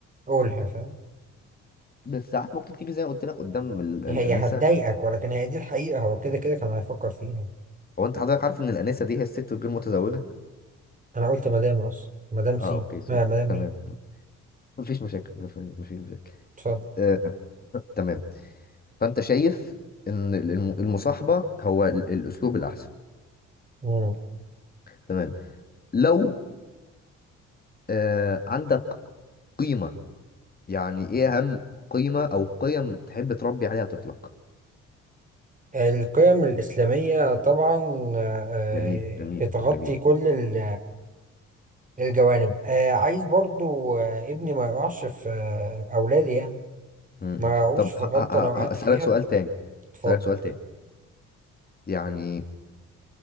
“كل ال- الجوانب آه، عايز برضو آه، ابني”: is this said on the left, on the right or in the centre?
Right